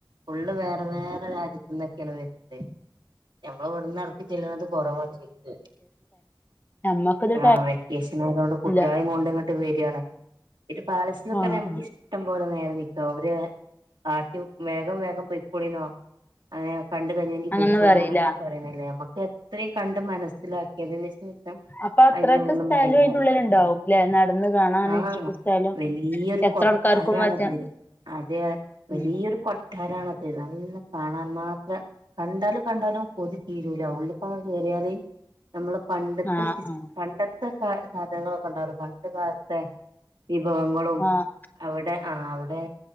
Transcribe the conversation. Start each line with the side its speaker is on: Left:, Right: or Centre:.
Right: ഫുള്ള് വേറെ വേറെ രാജ്യത്ത്ന്ന് ന്നൊക്കെയാണ് വരുന്നത് ഞമ്മള് ഇവിടുന്ന് എടക്ക്‌ ചെല്ലുന്നത് കൊറവാൻജോയ്ക്ക്
Left: ഞമ്മക്കിത്
Right: ആഹ് വെക്കേഷൻ ആയതോണ്ട്
Left: ടൈമില്ല
Right: കുട്ടിയാളീം കൊണ്ട്ങ്ങട്ട് വെര്ആണ്. പിന്നെ പാലസിലൊക്കെറഞ
Left: ആഹ്
Right: നമുക്ക്
Left: ആഹ്
Right: ഇഷ്ട ഷ്ടം പോലെ നേരം നിക്ക ഓര് ആട്ടി വേഗം വേഗം പൊയ്ക്കോളീന്നോ അങ്ങനെ കണ്ട് കഴിഞ്ഞെങ്കിൽ
Left: അങ്ങനൊന്നും
Right: പൊയ്ക്കോളിന്ന്
Left: പറയില്ല
Right: അങ്ങനൊന്നും പറയണ്ല്ല ഞമ്മക്ക് എത്രിം കണ്ട് മനസ്സിലാക്കിയതിന് ശേഷം
Left: അപ്പൊ അത്രക്ക്
Right: അതിൽ നിന്ന്
Left: സ്ഥലോം
Right: മടങ്ങിയാൽ
Left: അയ്ന്റെ ഉുള്ളില്ണ്ടാവും
Right: മതി
Left: ല്ലെ നടന്ന് കാണാന്
Right: ആഹ്
Left: അത്രക്കു സ്ഥലം
Right: വലിയൊരു
Left: എത്ര
Right: കൊട്ടാരാണത്
Left: ആൾക്കാർക്കും പറ്റാ
Right: അതെ വലിയൊരു
Left: ഉം
Right: കൊ ട്ടാരാണത് നല്ല കാണാൻ മാത്രം കണ്ടാലും കണ്ടാലും കൊതി തീരൂല ഉള്ളിക്കാണ് ണ്ട് കേറിയാല് നമ്മളെ പണ്ടത്തെ
Left: ആഹ്
Right: സിസ്
Left: ആഹ്
Right: പണ്ടത്തെ കാ സാധനങ്ങളൊക്കെണ്ടാവുലെ പണ്ട് കാലത്തെ വിഭവങ്ങളും
Left: ആഹ്
Right: അവിടെ ആഹ് അവിടെ